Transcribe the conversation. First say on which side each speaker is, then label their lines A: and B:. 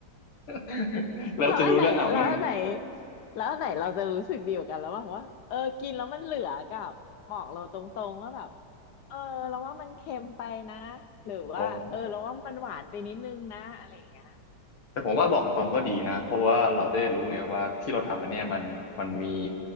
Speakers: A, on the left (about 85°); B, on the left (about 65°).
A: <laughs> แล้วจะรู้แล้วอ้าวแม่ง
B: แล้วอันไหนแล้วอันไหนแล้วอันไหนเราจะรู้สึกดีกว่ากันระหว่างว่า เออ กินแล้วมันเหลือกับบอกเราตรงๆว่าแบบเออเราว่ามันเค็มไปนะ หรือว่า
A: ผม
B: เออเราว่ามันหวานไปนิดนึงนะอะไรอย่างเงี้ย
A: แต่ผมว่าบอกตรงก็ดีนะเพราะว่าเราจะได้รู้ไงว่าที่เราทำอันเนี้ยมันมันมี